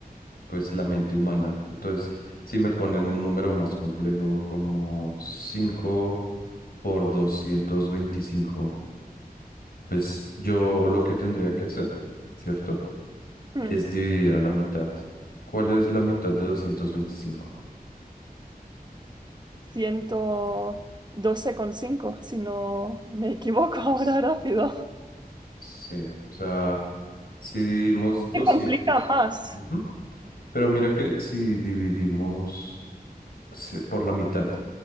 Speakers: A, on the left; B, on the right.
A: pues la mente humana. Entonces, si me ponen un número más complejo como 5 por doscientos veinticinco pues yo lo que tendría que hacer, ¿cierto?
B: Hmm,
A: Es dividir a la mitad. ¿Cuál es la mitad de doscientos veinticinco
B: ciento doce coma cinco si no me equivoco ahora rápido.
A: Sí, o sea, si dividimos doscientos
B: Se complica más.
A: ujú, Pero mira que si dividimos sí, por la mitad